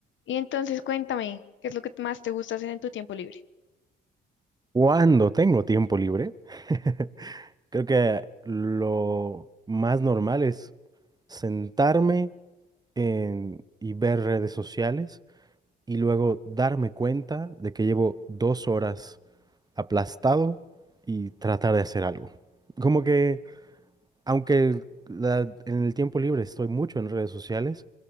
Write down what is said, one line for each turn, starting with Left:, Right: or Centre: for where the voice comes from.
Left: Y entonces cuéntame, ¿qué es lo que más te gusta hacer en tu tiempo libre?
Right: Cuando tengo tiempo libre, <laughs> creo que lo más normal es sentarme en- y ver redes sociales y luego darme cuenta de que llevo dos horas aplastado y tratar de hacer algo. Como que, aunque la- en el tiempo libre estoy mucho en redes sociales,